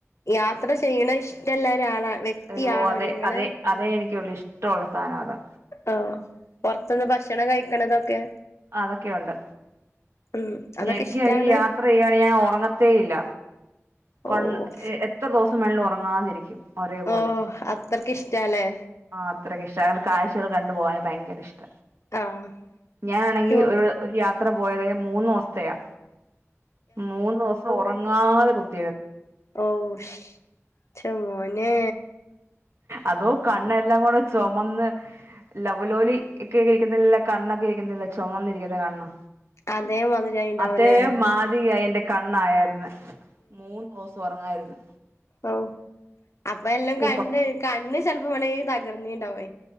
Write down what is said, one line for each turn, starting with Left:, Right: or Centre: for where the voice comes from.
Left: യാത്ര ചെയ്യണ ഇഷ്ടള്ള ഒരാളാണാ വ്യക്തിയാണോ
Right: അയ്യോ അതെ
Left: നിങ്ങള്
Right: അതെ അതേ എനിക്ക് ഇഷ്ടമുള്ള സാധനം അതാ
Left: ആഹ് പൊറത്ത്ന്ന് ഭക്ഷണം കഴിക്കണതൊക്കെ
Right: അതൊക്കെയുണ്ട്
Left: ഉം
Right: <unintelligible>
Left: അതൊക്കെ ഇഷ്ടാണ്
Right: യാത്ര ചെയ്യുവാണെങ്കിൽ ഞാൻ ഉറങ്ങത്തേ ഇല്ല കൊൺ
Left: ഓഹ്
Right: എത്ര ദിവസം വേണേലും ഉറങ്ങാതിരിക്കും ഒരേപോലെ
Left: ഓഹ് അത്രക്ക് ഇഷ്ടാല്ലേ
Right: ആഹ് അത്രയ്ക്ക ഇഷ്ട അങ്ങനെ കാഴ്ചകൾ കണ്ടുപോകാന് ഭയങ്കര ഇഷ്ട
Left: ആഹ്
Right: ഞാനാണെങ്കി
Left: ടൂ
Right: ഒരു ആഹ് ഒരു യാത്ര പോയത് മൂന്ന് ദിവസത്തയാ മൂന്ന് ദിവസം ഉറങ്ങാതെ കുത്തി
Left: ഓഹ്ശ് ച്ചമോനെ
Right: അതോ കണ്ണെല്ലാം കൂടെ ചുമന്ന് ലവലോലി ഒക്കെ കഴിക്കുന്നില്ല കണ്ണൊക്കെ കഴിക്കുന്നില്ല ചുമന്നിരിക്കുന്ന കണ്ണ്
Left: അതേ മാതിരിയായിണ്ടാവുല്ലേ
Right: അതേ മാതിരിയായി എന്റെ കണ്ണായായിരുന്ന് മൂന്ന് ദിവസം ഉറങ്ങായിരുന്നു
Left: ഓ അപ്പ എല്ലാം
Right: സൂപ്പർ
Left: കണ്ട് കണ്ണ് ചെലപ്പോ വേണെങ്കി തകർന്നീണ്ടാവുവേ